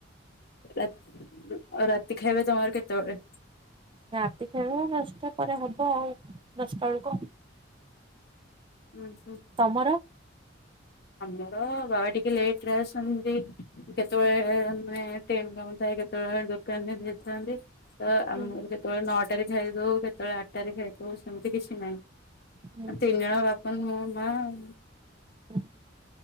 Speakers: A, on the left; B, on the right.
A: ରାତ ଆଉ ରାତି ଖାଇବେ ତମର କେତେବେଳେ?
B: ରାତି ଖାଇବା ଦଶଟା ପରେ ହବ ଆଉ, ଦଶଟା ବେଳକୁ।
A: ଓଂ ହୁଁ
B: ତମର?
A: ଆମର ବାବା ଟିକେ ଲେଟ ରେ ଆସନ୍ତି, କେତେବେଳେ ଏଁ ମାନେ ଟ୍ରେନ କାମଥାଏ, କେତେବେଳେ ଦୋକାନ ରେ ଦେଇଥାନ୍ତି । ତ ଆମର
B: ହୁଁ।
A: କେତେବେଳେ ନଅଟାରେ ଖାଇଦଉ, କେତେବେଳେ ଆଠଟାରେ ଖାଇଦଉ, ସେମିତି କିଛି ନାହିଁ।
B: ହୁଁ ହୁଁ
A: ତିନ ଜଣ ବାପୁନୁ, ମୁଁ, ମା ଆଉ
B: ହୁଁ